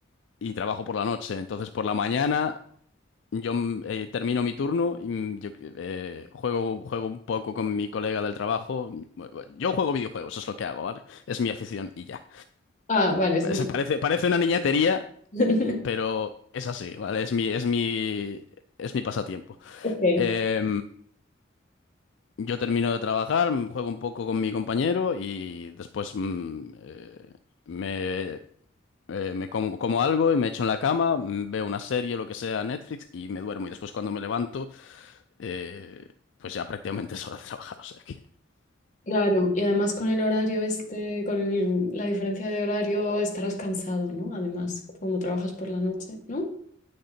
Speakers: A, on the left; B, on the left.
A: y trabajo por la noche, entonces por la mañana yo mm, eh, termino mi turno y mm, yo, eh, juego, juego un poco con mi colega del trabajo. Yo juego videojuegos, es lo que hago, ¿vale? Es mi afición y ya.
B: Ah, vale, son
A: Se
B: tus...
A: parece, parece una niñatería,
B: <laughs>
A: pero es así, ¿vale? Es mi, es mi, es mi pasatiempo.
B: Ok,
A: Eh, Yo termino de trabajar, mm, juego un poco con mi compañero y después mm, eh, me, eh, me como, como algo y me echo en la cama, mm, veo una serie o lo que sea, Netflix y me duermo. Y después cuando me levanto, eh, pues ya prácticamente <laughs> es hora de trabajar. O sea que...
B: Claro, y además con el horario este, con el- la diferencia de horario estarás cansado, ¿no? Además, como trabajas por la noche, ¿no?